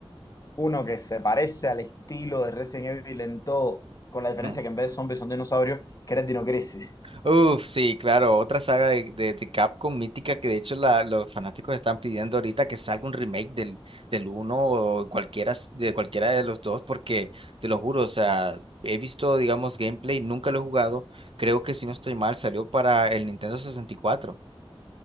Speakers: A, on the left; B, on the right.
A: uno que se parece al estilo de Resident Evil en todo, con la diferencia
B: ujú.
A: que en vez de zombies son dinosaurios, que era el Dino Crisis.
B: Uf, sí, claro, otra saga de, de, de Capcom mítica que de hecho la- los fanáticos están pidiendo ahorita que salga un remake del, del uno o cualquiera, s- de cualquiera de los dos, porque te lo juro, o sea, he visto, digamos, gameplay, nunca lo he jugado, creo que si no estoy mal, salió para el Nintendo 64.